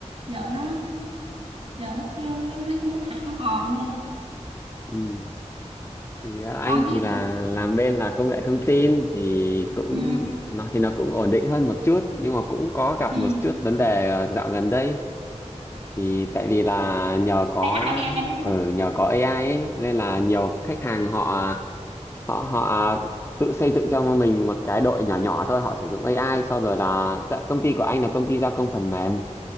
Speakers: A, on the right (about 60°); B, on the left (about 20°).
A: giờ nó giờ nó, nó, nó nói chung nó thảm òm đi à.
B: Ừ. thì à, anh
A: còn gì
B: thì là
A: nữa?
B: làm bên là công nghệ thông tin thì cũng
A: ừ
B: nó thì nó cũng ổn định hơn một chút nhưng mà cũng có gặp
A: ừ
B: một chút vấn đề à, dạo gần đây thì tại vì là nhờ có
A: ai ai ai đúng không
B: ở nhờ có AI ấy, nên là nhiều khách hàng họ họ họ tự xây dựng cho mình một cái đội nhỏ nhỏ thôi họ sử dụng AI sau rồi là tại công ty của anh là công ty gia công phần mềm